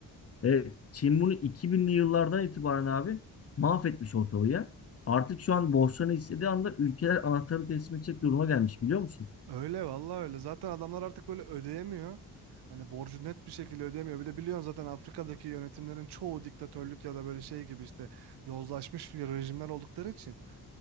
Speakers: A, on the left; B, on the right.
A: evet, Çin bunu iki binli yıllardan itibaren abi mahvetmiş ortalığı ya. Artık şu an borçlarını istediği anda ülkeler anahtarını teslim edecek duruma gelmiş biliyor musun?
B: Öyle vallahi öyle. Zaten adamlar artık böyle ödeyemiyor. Hani borcu net bir şekilde ödeyemiyor. Bir de biliyorsun zaten Afrika'daki yönetimlerin çoğu diktatörlük ya da böyle şey gibi işte yozlaşmış bir rejimler oldukları için